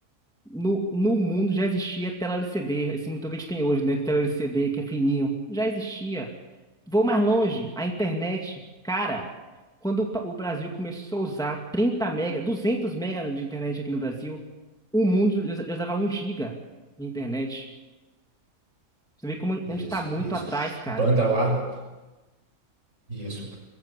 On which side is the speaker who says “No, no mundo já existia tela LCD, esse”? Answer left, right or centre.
Centre